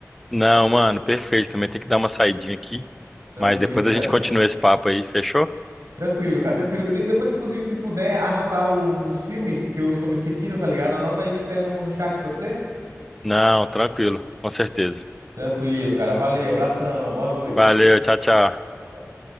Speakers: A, in the centre; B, on the right (about 75°).
A: Não, mano, perfeito. Também tem que dar uma saidinha aqui.
B: Tranquilo,
A: Mas depois
B: cara.
A: a gente continua esse papo aí, fechou?
B: Tranquilo, cara, tranquilo. E de- depois, inclusive, se puder anotar o nome dos filmes, porque eu sou meio esquecido, tá ligado? Anota aí e me entrega no, no chat, pode ser?
A: Não, tranquilo, com certeza.
B: Tranquilo, cara. Valeu, abração, boa noite.
A: Valeu, tchau, tchau.
B: Tchau, tchau.